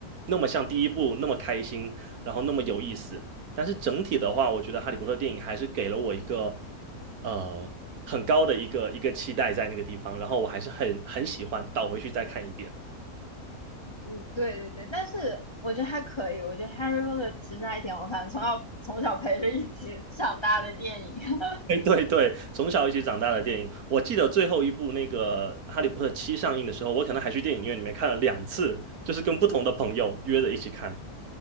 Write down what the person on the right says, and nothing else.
那么像第一部那么开心，然后那么有意思。但是整体的话，我觉得《哈利波特》电影还是给了我一个。呃很高的一个一个期待在那个地方，然后我还是很很喜欢，倒回去再看一遍。
<laughs> 哎，对对，从小一起长大的电影，我记得最后一部那个《哈利波特七》上映的时候，我可能还去电影院里面看了两次，就是跟不同的朋友约着一起看。